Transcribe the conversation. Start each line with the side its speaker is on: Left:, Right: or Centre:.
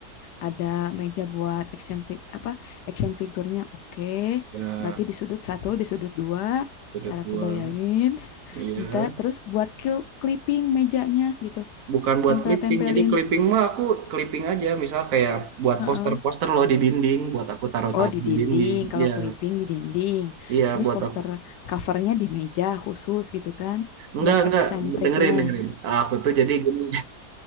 Left: ada meja buat action fi- apa action figurnya. Oke,
Right: Ya,
Left: berarti di sudut satu, di sudut dua.
Right: sudut
Left: Ntar
Right: dua.
Left: aku bayangin.
Right: Iya.
Left: Ntar terus buat kil- clipping mejanya gitu,
Right: Bukan buat
Left: tempel-tempelin.
Right: clipping. Jadi clipping mah aku clipping aja. Misal kayak buat
Left: Heeh.
Right: poster-poster loh di dinding, buat aku taruh-taruh
Left: Oh di
Right: di
Left: dinding,
Right: dinding.
Left: kalau
Right: Iya,
Left: clipping di dinding.
Right: iya
Left: Terus
Right: buat
Left: poster
Right: aku.
Left: covernya di meja khusus gitu kan,
Right: Enggak,
Left: buat
Right: enggak.
Left: eksentriknya.
Right: Dengerin, dengerin. Aku tuh jadi gini.